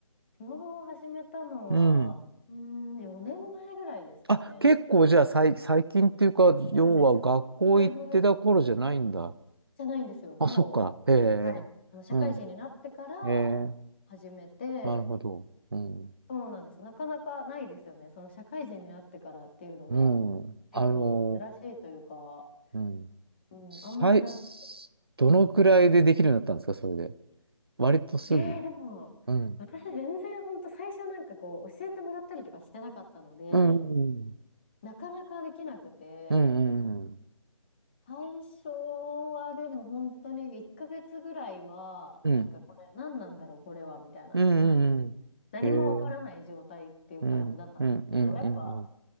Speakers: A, on the left; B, on the right.
A: スノボを始めたのは、
B: うん。
A: うーん、4年前ぐらいですかね。
B: あ、結構じゃあ最、最近っていうか、
A: そうなんですよ。
B: 要は学校行ってた頃じゃないんだ。
A: だいぶじゃないんですよ。も
B: あ、そっか。へえ。
A: う、はい。あの、社会人になってから
B: うん。へえ。
A: 始めて、
B: なるほど。うん。
A: そうなんです。なかなかないですよね。その社会人になってからっていうのが
B: うん。あの、
A: 結構珍しいというか、
B: うん。
A: うん、
B: 最、
A: あんまりなく。
B: どのくらいでできるようになったんですか、それで。割とすぐ。
A: えー、でも、
B: うん。
A: 私全然ほんと最初なんかこう教えてもらったりとかしてなかったので、
B: うん。
A: なかなかできなくて、
B: うん。うん。うん。
A: 最初はでも本当に1ヶ月ぐらいは、
B: うん。
A: なんかこれ、何なんだろう、これは、みたいな。
B: うん。
A: <laughs>
B: うんうんへえ。
A: 何もわからない状態っていう感じだったんですけど、
B: うん。うん。うん。
A: やっぱ
B: うん。